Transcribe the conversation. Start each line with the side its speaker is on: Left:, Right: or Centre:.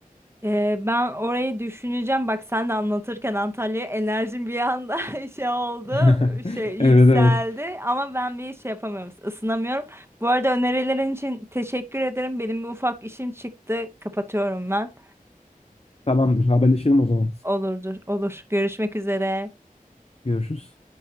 Right: Ee, ben orayı düşüneceğim. Bak sen de anlatırken Antalya'ya enerjim bir anda <laughs> şey oldu.
Left: <laughs>
Right: Şey
Left: Evet
Right: yükseldi.
Left: evet.
Right: Ama ben bir şey yapamıyorum. ısınamıyorum. Bu arada önerilerin için teşekkür ederim. Benim bir ufak işim çıktı. Kapatıyorum ben.
Left: Tamamdır. Haberleşelim o zaman.
Right: Olurdur. Olur. Görüşmek üzere.
Left: Görüşürüz.